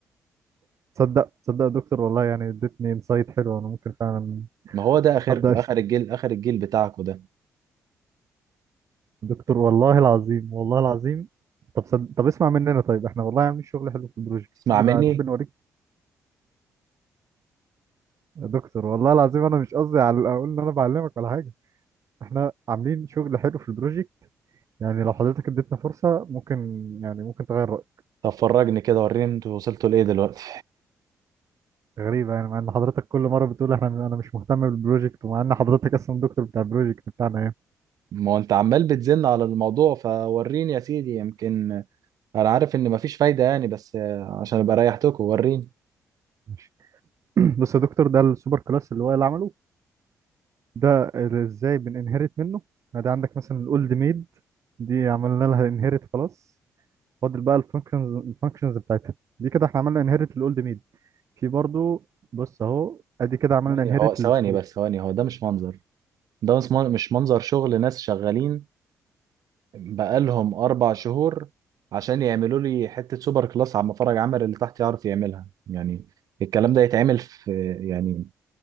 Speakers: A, on the right; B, on the right.
A: تصدق تصدق يا دكتور والله يعني اديتني انسايت حلو انا ممكن فعلا
B: ما هو ده اخركم
A: ابدا
B: اخر
A: أشت...
B: الجيل اخر الجيل بتاعكم ده
A: دكتور والله العظيم والله العظيم طب صد... طب اسمع مننا طيب احنا والله عاملين شغل حلو في البروجكت
B: اسمع
A: تحب
B: مني
A: ده- تحب نوريك يا دكتور والله العظيم انا مش قصدي على اقول ان انا بعلمك ولا حاجه احنا عاملين شغل حلو في البروجكت يعني لو حضرتك اديتنا فرصة ممكن يعني ممكن تغير رأيك
B: طب فرجني كده وريني انتوا وصلتوا لايه دلوقتي
A: غريبة يعني مع ان حضرتك كل مرة بتقول احنا انا مش مهتم بالبروجكت ومع ان حضرتك اصلا دكتور بتاع البروجكت بتاعنا يعني
B: <laughs> ما هو انت عمال بتزن على الموضوع فوريني يا سيدي يمكن انا عارف ان مفيش فايدة يعني بس آه، عشان ابقى ريحتكم وريني
A: ماشي <clears throat> بص يا دكتور ده السوبر كلاس اللي هو اللي عمله ده اللي ازاي بننهرت منه يعني ده عندك مثلا الاولد ميد دي عملنا لها انهرت خلاص فاضل بقى الفانكشنز الفانكشنز بتاعتها دي كده احنا عملنا انهرت الاولد ميد في برضو بص اهو ادي كده عملنا
B: ثواني
A: انهرت
B: هو ثواني
A: السكرو
B: بس ثواني هو ده مش منظر ده مش من- مش منظر شغل ناس شغالين بقالهم أربع شهور عشان يعملوا لي حتة سوبر كلاس على مفرج عمل اللي تحت يعرف يعملها يعني الكلام ده يتعمل في يعني